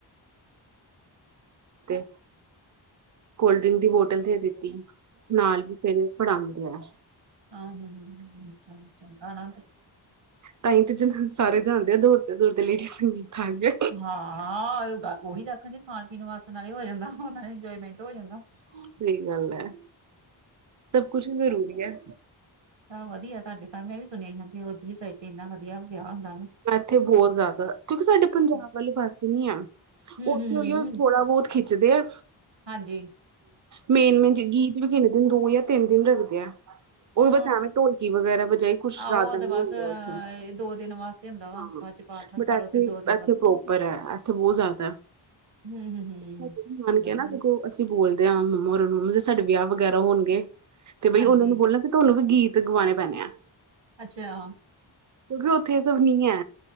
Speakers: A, on the right; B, on the right.
A: ਤੇ ਕੋਲਡ ਡਰਿੰਕ ਦੀ ਬੋਟਲ ਦੇ ਦਿੱਤੀ। ਨਾਲ ਵੀ ਫੇਰ ਪੜਾਉਂਦੇ ਆ।
B: ਹਹ ਹ ਚ' ਆਣਾ।
A: ਤ ਤੇ ਜ ਸਾਰੇ ਜਾਦੇ ਆ। ਦੋੜ ਤੇ ਦੋੜ ਤੇ ਲੇਡੀ ਸੰਗੀਤ ਆ ਗ
B: ਹਾਂ- ਹਾਂ। ਉਹੀ ਦੇਖਣ ਜ ਖਾਣ- ਪੀਣ ਵਾਸਤੇ ਨਾਲ ਹੀ ਹੋ ਜਾਂਦਾ ਇੰਜੋਏਮੈਂਟ। ਹੋ ਜਾਂਦਾ। ਹੂ।
A: ਸਹੀ ਗੱਲ ਹੈ। ਸਭ ਕੁਛ ਜ਼ਰੂਰੀ ਹੈ।
B: ਤਾਂ ਵਧੀਆ ਤੁਹਾਡੇ ਤਾਂ ਮੈਂ ਵੀ ਸੁਣਿਆ ਹੀ ਹੁੰਦੀ ਉੱਧਲੀ ਸਾਈਡ ਤੇ ਇੰਨਾ ਵਧੀਆ ਵਿਆਹ ਹੁੰਦਾ। ਨਾ
A: ਇੱਥੇ ਬਹੁਤ ਜ਼ਿਆਦਾ। ਕਿਉਂਕਿ ਸਾਡੇ ਪੰਜਾਬ ਵਾਲੀ ਪਾਸੇ ਨੀ ਆ।
B: ਹਮ
A: ਉੱਥੇ
B: ਹਮ
A: ਉਹੀ ਥੋੜਾ- ਬਹੁਤ ਖਿੱਚਦੇ ਆ।
B: ਹਾਂਜੀ।
A: ਮੇਨ- ਮੇਨ ਗੀਤ ਵੀ ਕਿੰਨੇ ਦਿਨ ਦੋ ਜਾਂ ਤਿੰਨ ਦਿਨ ਰੱਖਦੇ ਆ। ਉਹਹੀ
B: ਹੂੰ
A: ਬਸ ਐਵੇਂ ਢੋਲਕੀ ਵਗੈਰਾ ਵਜਾਏ। ਕੁੱਛ ਜ਼ਿਆਦਾ
B: ਆਹੋ ਉਹ
A: ਨ
B: ਤੇ ਬਸ
A: ਹੁੰਦਾ ਉੱਥੇ।
B: ਦੋ ਦਿਨ ਵਾਸਤੇ। ਹੁੰਦਾ ਵਾ
A: ਹਾਂ।
B: ਬਾਅਦ ਚ ਪਾਠ ਰਖਾ
A: ਬਟ ਇਥੇ
B: ਲੋ ਤੇ ਦੋ ਦਿਨ
A: ਇੱਥੇ
B: ਬਸ
A: ਪ੍ਰੋਪਰ ਹੈ। ਇੱਥੇ ਬਹੁਤ ਜ਼ਿਆਦਾ
B: ਹੂੰ ਹੂੰ ਹੂੰ
A: ਮੰਨ ਕੇ
B: ਵਧੀਆ
A: ਨਾ ਸਗੋਂ ਅਸੀਂ ਬੋਲਦੇ ਹਾਂ ਮੰਮਾ ਹੋਣਾ ਨੂੰ ਮੰਮਾ ਜੇ ਸਾਡੇ ਵਿਆਹ ਵਗੈਰਾ ਹੋਣਗੇ ਤੇ ਬਈ
B: ਹਾਂਜੀ
A: ਉਹਨਾਂ ਨੂੰ ਬੋਲਣਾ ਤੁਹਾਨੂੰ ਵੀ ਗੀਤ ਗਵਾਉਣੇ ਪੈਣੇ ਆ
B: ਅੱਛਾ
A: ਕਿਉਂਕਿ ਉੱਥੇ ਇਹ ਸਭ ਨੀ ਹੈ,